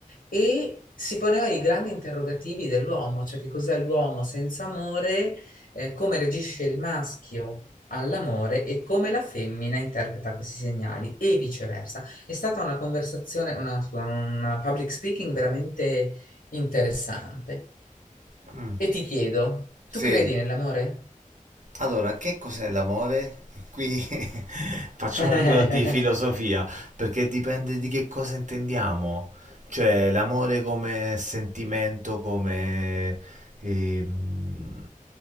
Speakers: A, on the left; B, on the right.
A: e si poneva i grandi interrogativi dell'uomo, cioè che cos'è l'uomo senza amore, eh, come reagisce il maschio all'amore e come la femmina interpreta questi segnali e viceversa. È stata una conversazione, una, scusa, una public speaking veramente interessante.
B: Mm.
A: E ti chiedo,
B: Sì,
A: tu credi nell'amore?
B: Allora, che cos'è l'amore? Qui <laughs> facciamo
A: <laughs>
B: un po' di filosofia, perché dipende di che cosa intendiamo. Cioè, l'amore come sentimento, come... ehm,